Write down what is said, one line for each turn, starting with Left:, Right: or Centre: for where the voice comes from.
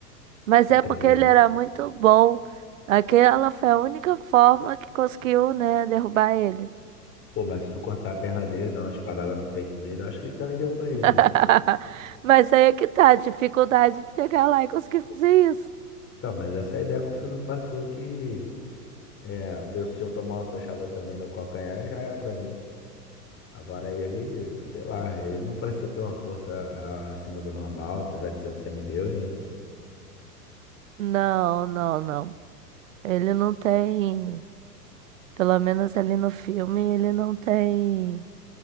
Right: Mas é
Left: Quer
Right: porque
Left: dizer,
Right: ele era muito bom. Aquela foi a única forma que conseguiu, né, derrubar ele.
Left: pô, mas se tu cortar a perna dele, dar uma espadada no peito dele, eu acho que ele também derruba ele,
Right: <laughs>
Left: né?
Right: Mas aí é que tá, a dificuldade de chegar lá e conseguir fazer isso.
Left: Então, mas essa é a ideia que o filme passou que é, eu, se eu tomar uma flechada também no calcanhar, já era pra mim. Agora ele, sei lá, ele não parecia ter uma força a- acima do normal, apesar de ser um semideus, né?
Right: Não, não, não. Ele não tem, pelo menos ali no filme, ele não tem